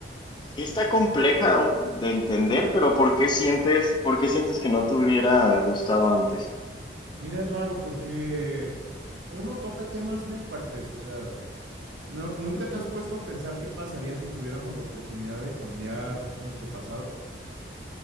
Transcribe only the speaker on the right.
Mira, es raro porque uno toca temas bien fuertes, o sea, no, nunca
te has puesto a pensar qué pasaría si tuviéramos la oportunidad de cambiar nuestro pasado.